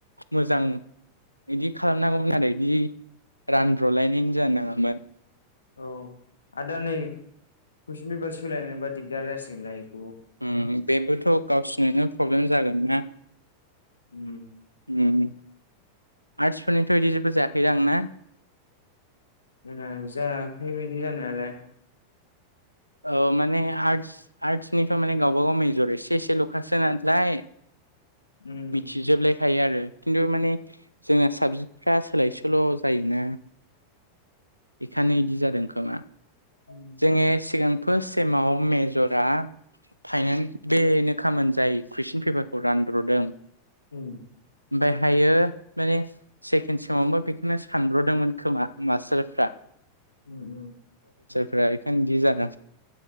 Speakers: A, on the right; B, on the left.
A: मोजां बिदि खालामनांगौमोन आरो बिदि रानब्र'लायनायनो जानो नाङामोन।
B: औ आदा नै कुइसन पेपार सोलायनायबा दिगदार जासिगोनलाय थोथ।
A: ओम बेबोथ' गावसिनोनो प्रब्लेम जागोनना।
B: उम
A: उम आर्टसफोरनिथ' बिदि जेबो जायाखैदां ना?
B: जाङो जायाखै बिदि जानायालाय।
A: ओ माने आर्टस आर्ट्सनिथ' माने गावबा गाव मेजर एसे एसेल'खासो नालाय
B: उम
A: मिथिजोबले थायो आरो खिन्थु माने जोंना साबजेक्टफ्रा सोलाय सोल' जायोना बेखायनो इदि जादों खोमा।
B: <inaudible>
A: जोङो सिगांफोर सेमाव मेज'रा फाइनाल बेनो खामोन जाय कुइसन पेपारखौ रानद्र'दों।
B: उम
A: ओमफ्रायहायो माने सेकेण्ड समावबो बेखौनो सानब्र'दोंमोन खोमा मास्टारफ्रा
B: उम उम
A: फ्रायख गि जा